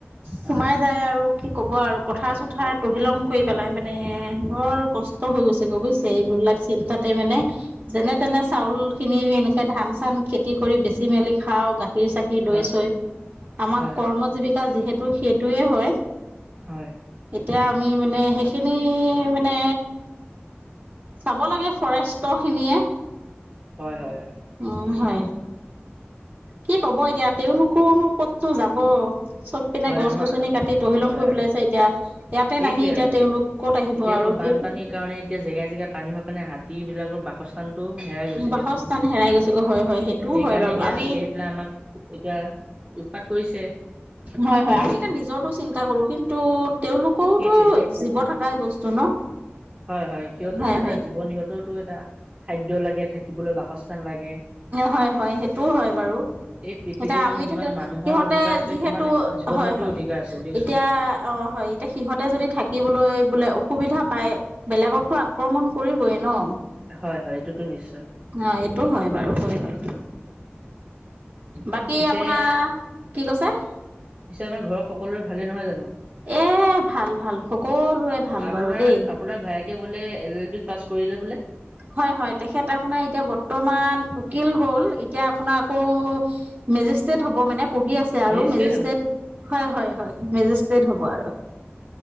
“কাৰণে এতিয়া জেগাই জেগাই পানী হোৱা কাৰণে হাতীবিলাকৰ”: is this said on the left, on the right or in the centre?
Right